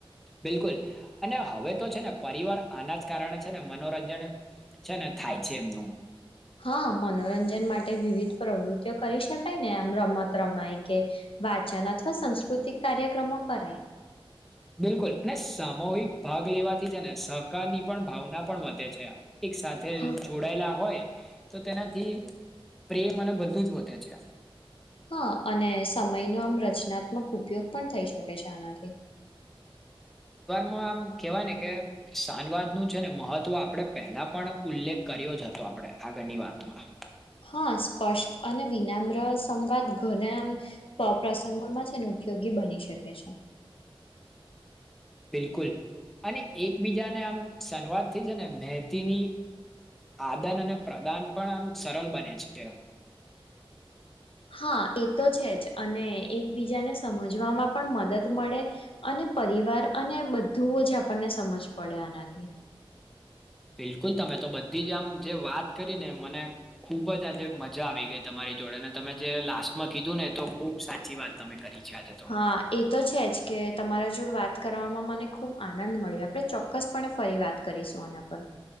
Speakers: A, in the centre; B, on the left.
A: બિલકુલ અને હવે તો છે ને પરિવાર આના જ કારણે છે ને મનોરંજન છે ને થાય છે એમનું
B: હા મનોરંજન માટે વિવિધ પ્રવૃત્તિઓ કરી શકાય ને આમ રમત રમાય કે વાચન અથવા સાસ્કૃતિક કાર્યક્રમો કરાય
A: બિલકુલ અને સામૂહિક ભાગ લેવાથી છે ને સહકાર ની પણ ભાવના પણ વધે છે આમ એક સાથે
B: હા
A: જોડાયેલા હોય તો તેનાથી પ્રેમ અને બધું જ વધે છે
B: હા અને સમય નો આમ રચના આત્મક ઉપયોગ પણ થઈ શકે છે આનાથી
A: મ કેવાય ને કે શાનવાદ નું છે ને મહત્વ આપણે પહેલા પણ ઉલ્લેખ કર્યો જ હતો આપણે આગળની વાતમાં
B: હા સ્પષ્ટ અને વિનામ્ર સંવાદ ઘરામ પ્રસંગોમાં છે અને ઉપયોગી બની શકે છે
A: બિલકુલ અને એકબીજાને આમ સંવાદથી છે ને મહેતીની આદાન અને પ્રદાન પણ આમ સરળ બને છે
B: હા એ તો છે જ અને એક એક બીજાને સમજવામાં પણ મદદ મળે અને પરિવાર અને બધું જ આપણને સમજ પડે આનાથી
A: બિલકુલ તમે તો બધી જ આમ જે વાત કરી ને મને ખુબ જ આજે મજા આવી ગઈ તમારી જોડે અને તમે જે લાસ્ટમાં કીધું ને તો ખુબ સાચી વાત તમે કરી છે આજે તો
B: હા એ તો છે જ કે તમારા જોડ વાત કર મને ખુબ આનંદ મળ્યો આપણે ચોક્કસપણે ફરી વાત કરીશું એના પર